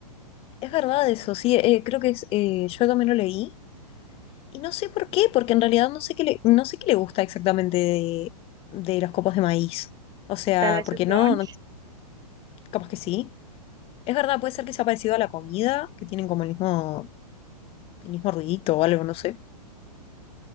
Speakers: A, on the left (about 30°); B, on the right (about 20°).
A: es verdad eso, sí, eh, creo que es, eh, yo también lo leí. Y no sé por qué, porque en realidad no sé qué le, no sé qué le gusta exactamente de, de los copos de maíz. O sea,
B: Tal vez
A: porque
B: el crunch.
A: no, no, capaz que sí. Es verdad, puede ser que sea parecido a la comida, que tienen como el mismo, el mismo ruidito o algo, no sé.